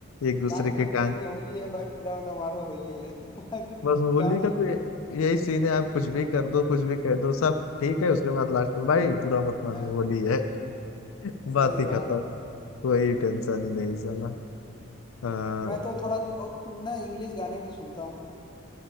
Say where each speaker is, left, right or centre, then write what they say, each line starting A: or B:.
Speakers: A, on the left (about 80°); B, on the left (about 20°).
A: एक दूसरे
B: लास्ट
A: की
B: में
A: टांग
B: बोल दे होली है भाई बुरा ना मानो होली है <laughs>
A: बस होली
B: गा दिए
A: का तो ये- यही सीन है आप कुछ भी कर दो कुछ भी कह दो सब ठीक है उसके बाद लास्ट में भाई बुरा मत मानो
B: हाँ,
A: होली है <laughs> बात
B: सही
A: ही
B: बात
A: खत्म कोई टेंशन ही नहीं साला हाँ
B: मैं तो थोड़ा बहुत ना इंग्लिश गाने भी सुनता हूँ